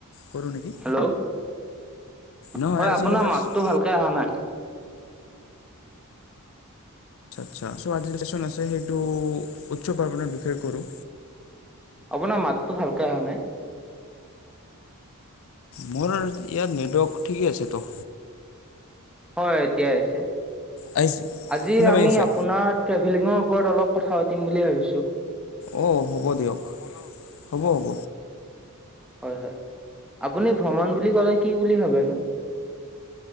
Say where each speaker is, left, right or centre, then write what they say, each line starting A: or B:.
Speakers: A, on the left; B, in the centre.
A: কৰোঁ নেকি
B: হেল্ল'
A: নহয়
B: হয়
A: আজি
B: আপোনাৰ
A: আমাৰ চ
B: <unintelligible>
A: আচ্ছা-আচ্ছা চ' আজি চেচন আছে সেইটো উচ্চ পাৰ্বনৰ বিষয়ে কৰো।
B: আপোনাৰ মাততো ভালকে আহা নাই।
A: মোৰ ইয়াত নেটৱৰ্ক ঠিকে আছে তো।
B: হয় এতিয়া আহিছে।
A: আহিছে।
B: আজি
A: শুনা
B: আমি
A: পাই আছে
B: আপোনাৰ ট্ৰেভিলিঙৰ উপৰত অলপ কথা পাতিম বুলি ভাবিছোঁ।
A: অ, হ'ব দিয়ক হ'ব-হ'ব।
B: হয়-হয় আপুনি ভ্ৰমণ বুলি ক'লে কি বুলি ভাবেনো?